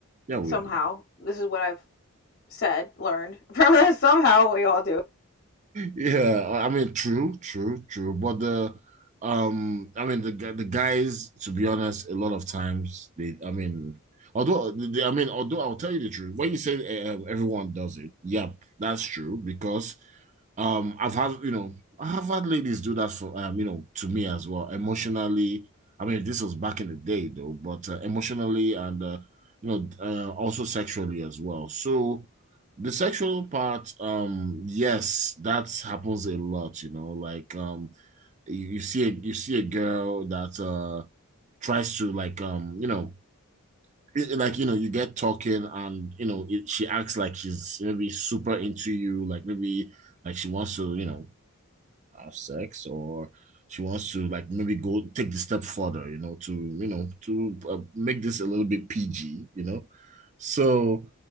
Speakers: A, on the right; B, on the left.
A: Yeah, we
B: somehow.
A: do.
B: This is what I've said, learned <laughs> from this. Somehow we all do it.
A: Yeah, I I mean, true, true, true. But the, um, I mean, the gu- the guys, to be honest, a lot of times they, I mean, although they, I mean, although I'll tell you the truth, when you say uh, everyone does it, yep, that's true because um, I've had, you know, I've had ladies do that for, um, you know, to me as well, emotionally. I mean, this was back in the day though, but uh, emotionally and, uh, you know, uh, also sexually as well. So the sexual part, um, yes, that happens a lot, you know, like, um, you, you see a, you see a girl that, uh, tries to like, um, you know, it- like you know you get talking and you know it, she acts like she's maybe super into you like maybe like she wants to you know have sex or she wants to like maybe go take the step further, you know, to you know to uh, make this a little bit PG, you know. So